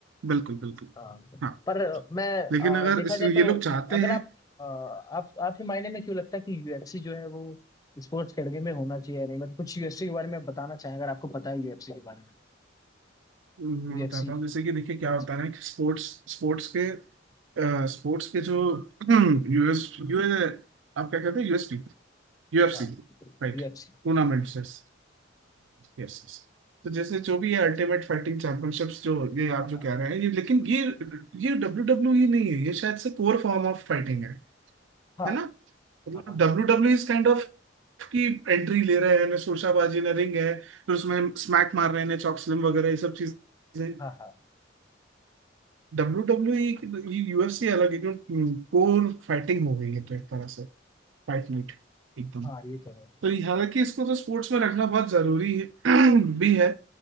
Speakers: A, on the right; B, on the left.
A: बिल्कुल बिल्कुल
B: हाँ
A: हाँ
B: पर मैं अ,
A: लेकिन अगर
B: देखा
A: इस
B: जाए
A: ये
B: तो
A: लोग चाहते
B: अगर
A: हैं
B: आप अ, आप आपके मायने में क्यों लगता है कि यूएफसी जो है वो स्पोर्ट्स कैटेगरी में होना चाहिए या नहीं मतलब कुछ यूएफसी के बारे में आप बताना चाहें अगर आपको पता है यूएफसी के बारे में
A: मैं
B: यूएफसी
A: बताता हूँ जैसे कि देखिए क्या
B: boxing
A: होता है ना कि स्पोर्ट्स स्पोर्ट्स के स्पोर्ट्स के जो <clears throat> यूएस यूएस आप क्या कहते हैं USP UFC
B: हाँ
A: right
B: यूएफसी
A: Tournaments Yes yes तो जैसे जो भी ये अल्टीमेट फाइटिंग चैंपियनशिप्स जो ये आप
B: हाँ
A: जो
B: हाँ
A: कह रहे हैं ये लेकिन ये ये डब्ल्यू डब्ल्यू ई नहीं है ये शायद से कोर फॉर्म ऑफ फाइटिंग है
B: हाँ
A: है ना मतलब
B: हाँ
A: W W is kind of की एंट्री ले रहे हैं ना शोशाबाजी ना रिंग है फिर उसमें स्मैक मार रहे हैं ना चॉक स्लिम वगैरह ये सब चीजें
B: हाँ हाँ
A: डब्ल्यू डब्ल्यू ये यूएफसी अलग है क्यों कोर फाइटिंग हो गई है तो एक तरह से फाइट नाइट एकदम
B: हाँ हाँ, ये तो है
A: तो ये- हालांकि इसको तो स्पोर्ट्स में रखना बहुत जरूरी है <clears throat> भी है